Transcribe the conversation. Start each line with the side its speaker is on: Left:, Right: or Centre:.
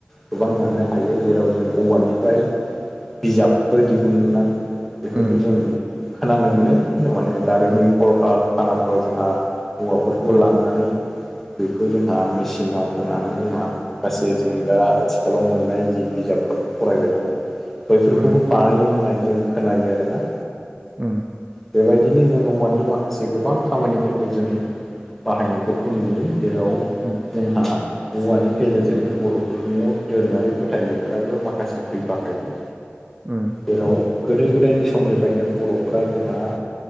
Centre: गोबां मोननो हायो जेराव जों औवानिफ्राय बिजाबफोर दिहुननाय बेफोरखौ
Right: उम
Centre: जों खोनानो मोनो माने दारिमिन
Right: औ
Centre: कलखारखानाफ्राव जोंहा हौवाफोरखौ
Right: उम
Centre: लांनानै बेखौ जोंहा मेचिनाव होनानै जोंहाबो गासै जों दा आथिखालाव मोननाय जि बिजाबफोर फरायबाय थानाय। बैफोरखौबो
Right: उम
Centre: बानायो होननानै जों खोनायो आरोना।
Right: ओम।
Centre: बेबादिनो जों औवानि मा से गोबां खामानिफोरखौ जों बाहायनायफोरखौ नुयो जेराव
Right: उम
Centre: जोंहा औवानि गेजेरजोंबो बर'फोरनियाव दोरोङारि फोथायनायफोराबो माखासे फैफाखायो।
Right: उम।
Centre: जेराव गोदो गोदायनि समनिफ्रायनो बर'फोरा जोंहा